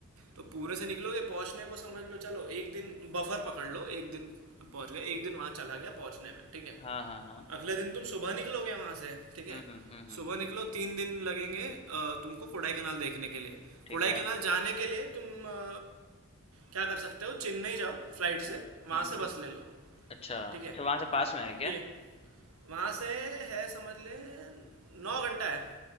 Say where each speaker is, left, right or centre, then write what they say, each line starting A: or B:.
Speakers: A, on the right (about 75°); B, on the left (about 25°).
A: तो पूरे से निकलोगे पहुंचने को समझ लो चलो एक दिन बफर पकड़ लो एक दिन पहुंच गए एक दिन वहां चला गया पहुंचने में ठीक है
B: हाँ, हाँ, हाँ।
A: अगले दिन तुम सुबह निकलोगे वहां से ठीक है
B: हुँ, हुँ, हुँ, हुँ।
A: सुबह निकलो तीन दिन लगेंगे अ, तुमको कोडाई कनाल देखने के लिए
B: ठीक
A: कोडाई
B: है।
A: कनाल जाने के लिए तुम अ, क्या कर सकते हो चेन्नई जाओ फ्लाइट
B: हुँ,
A: से वहां
B: हुँ,
A: से
B: हुँ।
A: बस ले लो
B: अच्छा,
A: ठीक है
B: अच्छा वहाँ से पास में है क्या?
A: ये वहां से है समझ ले नौ घंटा है